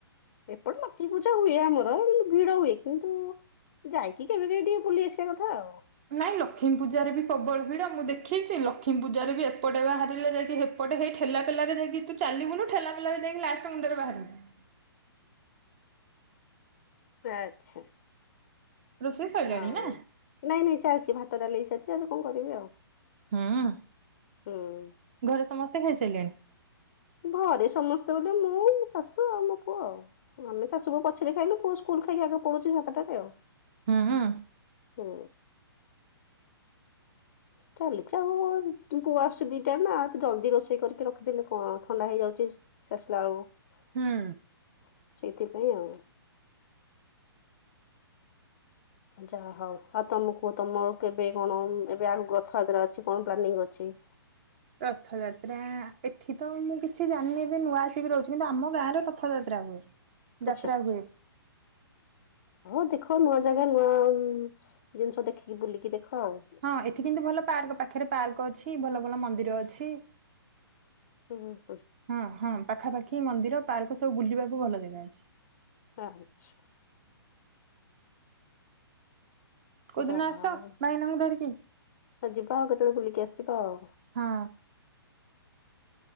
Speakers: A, on the left (about 35°); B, on the right (about 30°).
A: ଏପଟେ ଲକ୍ଷ୍ମୀ ପୂଜା ହୁଏ ଆମର। ଭିଡ ହୁଏ କିନ୍ତୁ ଯାଇକି କେବେ କେବେ ଟିକେ ବୁଲି ଆସିବା କଥା ଆଉ।
B: ନାଇଁ ଲକ୍ଷ୍ମୀ ପୂଜାରେ ବି ପ୍ରବଳ ଭିଡ଼। ମୁଁ ଦେଖିଛି ଲକ୍ଷ୍ମୀ ପୂଜାରେ ବି ଏପଟେ ବାହାରିଲେ ଯାଇକି ହେ ସେପଟେ ହେ ଠେଲା ପେଲା ଯାଇକି ତୁ ଚାଲିବୁନୁ ଠେଲା ପେଲାରେ ଯାଇକି ଲାଷ୍ଟ ମୁଣ୍ଡରେ ବାହାରିବୁ।
A: ଆଛା।
B: ରୋଷେଇ ସଇଲାଣି
A: ନାଇଁ
B: ନା?
A: ନାଇଁ ଚାଲିଛି ଭାତ ଡାଲି ହୋଇସାରିଛି ଏବେ କଣ କରିବି ଆଉ।
B: ହୁଁ
A: ହୁଁ।
B: ଘରେ ସମସ୍ତେ ଖାଇସାରିଲେଣି।
A: ଘରେ ସମସ୍ତେ ବୋଲି ମୁଁ ଶାଶୁ ଆଉ ମୋ ପୁଅ ଆଉ। ଆମେ ଶାଶୁବୋହୂ ପଛରେ ଖାଇଲୁ ପୁଅ ସ୍କୁଲ ଖାଇକି ଆଗେ ପଳାଉଛି ସାତଟାରେ ଆଉ।
B: ହଁ ହଁ।
A: ହଁ। ଚାଲିଛି ଆଉ ପୁଅ ଆସୁଛି ଦି ଟାରେ ନା ଜଲ୍ଦି ରୋଷେଇ କରିକି ରଖିଦେଲେ କଣ ଥଣ୍ଡା ହେଇଯାଉଛି। ସେ ଆସିଲା ବେଳକୁ
B: ହୁଁ।
A: ସେଇଥିପାଇଁ ଆଉ। ଯାହା ହଉ ଆଉ ତମକୁ ତମ କେବେ କଣ ଏବେ ଆଉ ରଥଯାତ୍ରା ଅଛି କଣ ପ୍ଲାନିଂ ଅଛି?
B: ରଥଯାତ୍ରା ଏଠି ତ ମୁଁ କିଛି ଜାଣିନି ଏବେ ନୂଆ ଆସିକି ରହୁଛି କିନ୍ତୁ ଆମ ଗାଁ ରେ ରଥ ଯାତ୍ରା ହୁଏ
A: ଆଚ୍ଛା
B: ଯାତ୍ରା ହୁଏ।
A: ହଉ ଦେଖ ନୂଆ ଜାଗା ନୂଆ ଜିନିଷ ଦେଖିକି ବୁଲିକି ଦେଖ ଆଉ।
B: ହଁ ଏଠି କିନ୍ତୁ ଭଲ ପାର୍କ ପାଖରେ ପାର୍କ ଅଛି ଭଲ ଭଲ ମନ୍ଦିର ଅଛି।
A: ହୁଁ ହୁଁ।
B: ହଁ ହଁ ପାଖାପାଖି ମନ୍ଦିର ପାର୍କ ସବୁ ବୁଲିବାକୁ ଭଲ ଜାଗା ଅଛି।
A: ଆଛା।
B: କୋଉଦିନ
A: ଯାହା
B: ଆସ
A: ହଉ
B: ଭାଇନାଙ୍କୁ ଧରିକି।
A: ଯିବା ଆଉ କେତେବେଳେ ବୁଲିକି ଆସିବା ଆଉ।
B: ହଁ।